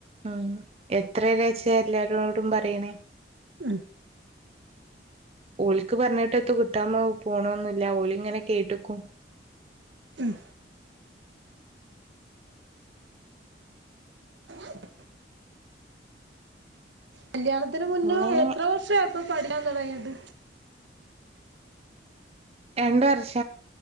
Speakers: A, on the right; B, on the right.
A: ഉം എത്രയരാച്ച എല്ലാരോടും പറയ്ണേ?
B: ഉം
A: ഓല്ക്ക് പറഞ്ഞിട്ടൊത്ത് കിട്ടാ പോണൊന്നുല്ല ഓല് ഇങ്ങനെ കേട്ട്ക്കും.
B: ഉം <unintelligible> കല്യാണത്തിന്
A: പിന്നെ
B: മുന്നേ എത്ര വർഷ ആയപ്പോ പഠിക്കാൻ തൊടങ്ങിയിട്ട്?
A: രണ്ട് വർഷ